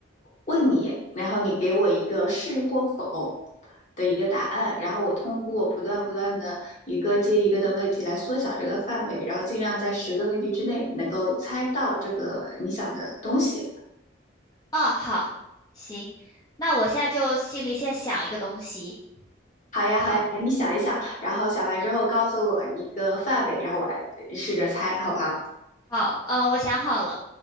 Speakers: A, on the left; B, on the left.
A: 问你，然后你给我一个是或否的一个答案，然后我通过不断不断的一个接一个的问题来缩小这个范围，然后尽量在十个问题之内能够猜到这个你想的东西。
B: 哦，好，行。那我现在就心里先想一个东西。
A: 好呀，
B: 好，
A: 好呀，你想一想，然后想完之后告诉我一个范围，然后我来试着猜，好不好？
B: 好，呃，我想好了，